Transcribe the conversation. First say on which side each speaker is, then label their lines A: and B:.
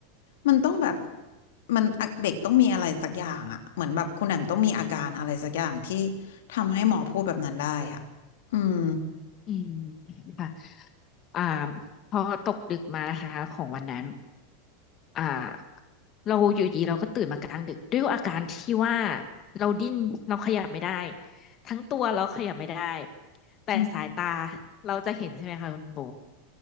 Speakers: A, on the left; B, on the left.
A: มันต้องแบบมันเด็กต้องมีอะไรสักอย่างอะเหมือนแบบคุณแหมมต้องมีอาการอะไรสักอย่างที่ทำให้หมอพูดแบบนั้นได้อ่ะอืม
B: อืมค่ะอ่าพอตกดึกมานะคะของวันนั้นอ่าเราอยู่ดีเราก็ตื่นมากลางดึกด้วยอาการที่ว่าเราดิ้นเราขยับไม่ได้ ทั้งตัวเราขยับไม่ได้แต่สายตา
A: อืม
B: เราจะเห็นใช่ไหมคะคุณโบ